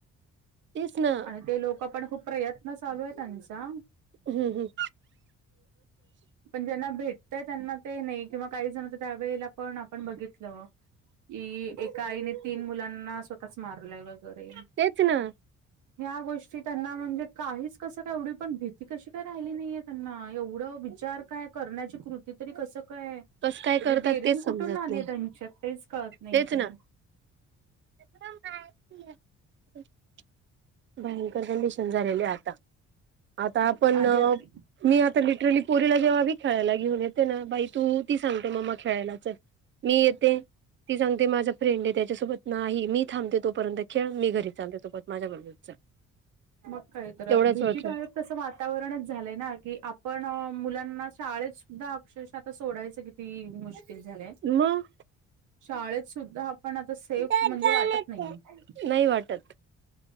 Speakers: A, on the right (about 40°); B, on the right (about 80°).
A: तेच ना
B: आणि ते लोक पण खूप प्रयत्न चालू आहे. त्यांचा
A: हम्म हम्म.
B: पण ज्यांना भेटतय त्यांना ते नाय किंवा काही जणच्यात त्यावेळेला पण आपण बघितलं की एका आईने तीन मुलांना स्व तःच मारलय वगैरे.
A: तेच ना.
B: ह्या गोष्टी त्यांना म्हणजे काहीच कसं का एवढी पण भी ती कशी काय राहिली नाहीये त्यांना एवढं विचार काय करण्याची कृती तरी कस काय
A: कस काय
B: डेअरिंग
A: करतात तेच
B: कुठून
A: समजत
B: आली
A: नाही
B: आहे त्यांच्यात तेच कळत नाहीये.
A: तेच ना <unintelligible> भयंकर झालेले आता. आता आपण
B: आधी आप
A: मी आता लिटरली पोरीला जेव्हा बी खेळायला घेऊन येते ना बाई तू ती सांगते मम्मा खेळायला चल, मी येते ती सांगते माझं फ्रेंड ए त्याच्यासोबत नाही मी थांबते तोपर्यंत खेळ, मी घरी चालले तू पण माझ्याबरोबर चल.
B: मग काय तर
A: तेवढ्याच
B: आता भीतीदायक
A: वेळ खेळ
B: तसं वातावरणच झालंय ना की आपण मुलांना शाळेत सुद्धा अक्षरशा आता सोडायचं की ती मुश्किल झालय.
A: म.
B: शाळेत सुद्धा पण आता सेफ
A: नाही
B: म्हणजे वाटत नाहीये.
A: वाटत